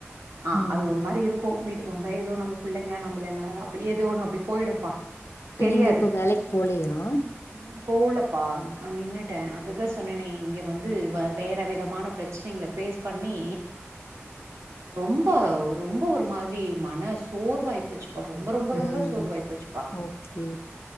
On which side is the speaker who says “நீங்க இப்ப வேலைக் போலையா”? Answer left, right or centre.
Left